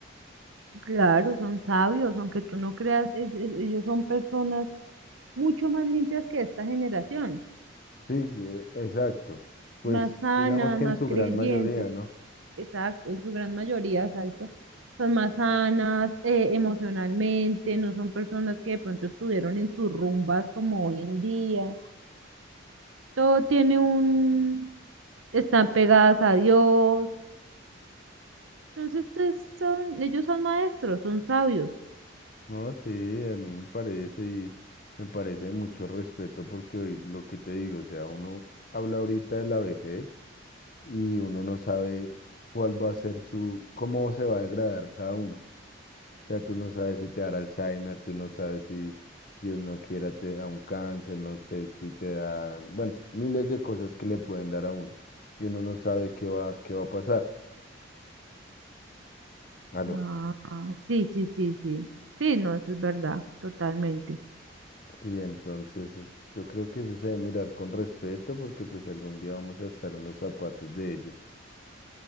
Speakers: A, on the right; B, on the left.
A: Claro, son sabios, aunque tú no creas, ell- ell- ellos son personas mucho más limpias que esta generación,
B: Sí, eh, exacto. Pues
A: más sanas,
B: digamos que
A: más
B: en su
A: creyentes,
B: gran mayoría, ¿no?
A: exacto, en su gran mayoría, exacto, son más sanas eh, emocionalmente, no son personas que de pronto estuvieron en sus rumbas como hoy en día, todo tiene un, están pegadas a Dios, entonces es- son, ellos son maestros, son sabios.
B: No, sí, a mí me parece y me parece de mucho respeto porque hoy, lo que te digo, o sea, uno habla ahorita de la vejez. y uno no sabe cuál va a ser su, cómo se va a degradar cada uno. O sea, tú no sabes si te dará Alzheimer, tú no sabes si Dios no quiera te da un cáncer, no sé si te da, bueno, miles de cosas que le pueden dar a uno y uno no sabe qué va, qué va a pasar. Aló.
A: Ah, sí, sí, sí, sí. Sí, no, eso es verdad, totalmente.
B: Sí, entonces es- yo creo que eso se debe mirar con respeto porque pues algún día vamos a estar en los zapatos de ellos.